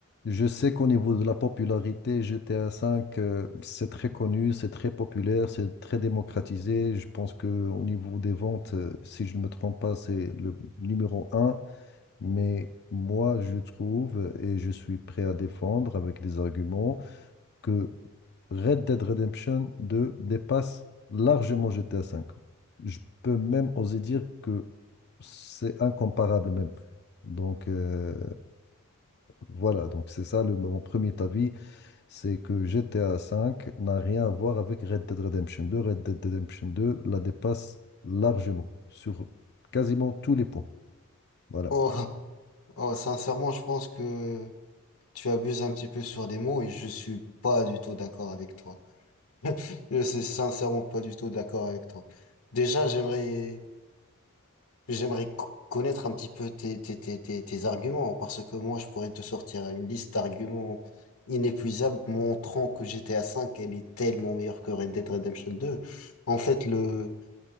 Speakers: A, on the left; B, on the left.
A: Je sais qu'au niveau de la popularité, GTA V, euh, c'est très connu, c'est très populaire, c'est très démocratisé. Je pense que au niveau des ventes, euh, si je ne me trompe pas, c'est le numéro un. Mais moi, je trouve, et je suis prêt à défendre avec des arguments, que Red Dead Redemption 2 dépasse largement GTA V. Je peux même oser dire que c'est incomparable même. Donc euh, voilà, donc c'est ça le, mon premier avis c'est que GTA V n'a rien à voir avec Red Dead Redemption 2. Red Dead Redemption 2 la dépasse largement sur quasiment tous les points. Voilà.
B: Oh, <laughs> oh, sincèrement, je pense que tu abuses un petit peu sur les mots et je suis pas du tout d'accord avec toi. <laughs> Je suis sincèrement pas du tout d'accord avec toi. Déjà, j'aimerais, j'aimerais co- connaître un petit peu tes, tes, tes, tes, tes arguments parce que moi, je pourrais te sortir une liste d'arguments inépuisables montrant que GTA V, elle est tellement meilleure que Red Dead Redemption deux. En fait, le,